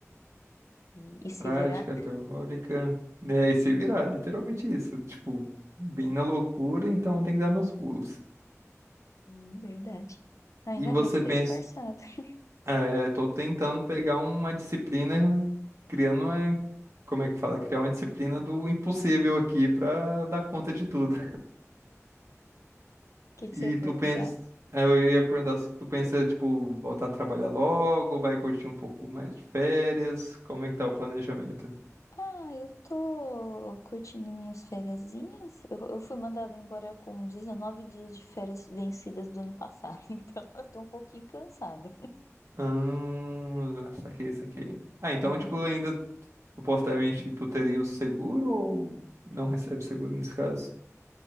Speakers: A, on the left; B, on the right.
A: e, e se
B: Prática,
A: virar.
B: teórica, né? E se virar, literalmente isso. Tipo, bem na loucura, então tem que dar meus pulos.
A: Hum, verdade. Ainda
B: E você
A: bem que você
B: pensa,
A: é esforçado. <laughs>
B: é, tô tentando pegar uma disciplina, criando, uma, como é que fala? Criar uma disciplina do impossível aqui pra dar conta de tudo.
A: O que que
B: E
A: você ia perguntar?
B: tu pensa, é, eu ia perguntar se tu pensa, tipo, voltar a trabalhar logo, vai curtir um pouco mais de férias, como é que tá o planejamento?
A: Ah, eu tô curtindo minhas fériasinhas. Eu, eu fui mandada embora com 19 dias de férias vencidas do ano passado, <laughs> então eu tô um pouquinho cansada.
B: Ah, saquei, saquei. Ah, então,
A: É,
B: tipo, ainda, supostamente, tu teria o seguro ou não recebe seguro nesse caso?